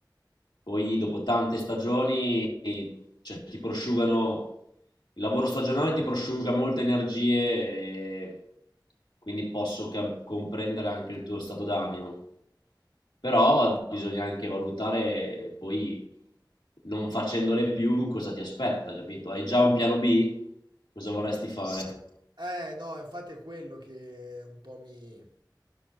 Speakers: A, on the left; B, on the right.
A: Poi dopo tante stagioni cioè, ti prosciugano, il lavoro stagionale ti prosciuga molte energie e quindi posso ca- comprendere anche il tuo stato d'animo. Però bisogna anche valutare poi non facendole più cosa ti aspetta, capito? Hai già un piano B? Cosa vorresti fare?
B: Eh no, infatti è quello che un po' mi,